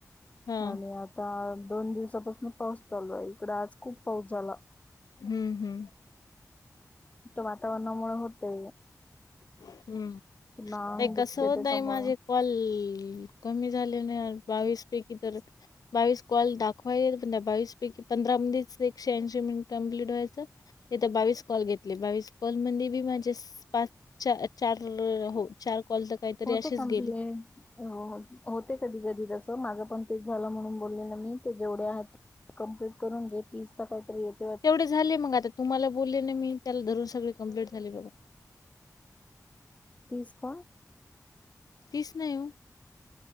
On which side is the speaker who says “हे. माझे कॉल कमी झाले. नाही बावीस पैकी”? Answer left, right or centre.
Left